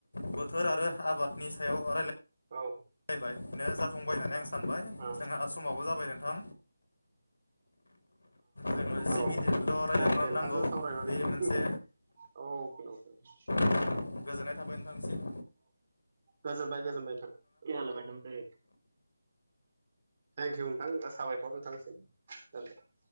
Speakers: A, on the left; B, on the right.
A: बोथोर आरो आबादनि सायाव रायलाय
B: औ
A: लायबाय बेनो जाफुंबाय होननानै आं सानबाय
B: औ
A: जोंहा समाबो जाबाय नोंथां। जोङो जि
B: ओ औ
A: मिनिटल' रायलायनो
B: अके नोंथांजों
A: नांगौ
B: सावरायनानै
A: बे मोनसे
B: <unintelligible> अ <inaudible>
A: गोजोननाय थाबाय नोंथांनिसिम।
B: गोजोन बाय <unintelligible> थेंकिउ नोंथां साबायखर नोंथांसिम <unintelligible>